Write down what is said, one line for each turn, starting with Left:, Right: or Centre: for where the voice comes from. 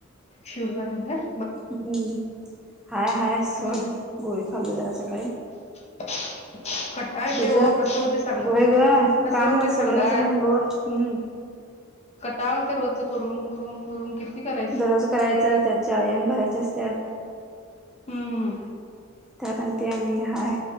Left: शिवलं नाही व्हयं.
Centre: हूं हाय हाय सोड
Left: हम्म
Centre: गोळी खाल्लो जरा सकाळी.
Left: <inaudible> कटाळा येतेय
Centre: तुझं
Left: हो कसं होते सांगा,
Centre: होय ग
Left: कसं
Centre: काम
Left: होते सांगा.
Centre: सगळंच मग लोड हम्म
Left: कटाळते रोजच करून करून. करून किती करा
Centre: दररोज करायच त्यात जाळी यान भरायचे असत्यात.
Left: हूं!
Centre: त्यात आन ते आणि हाय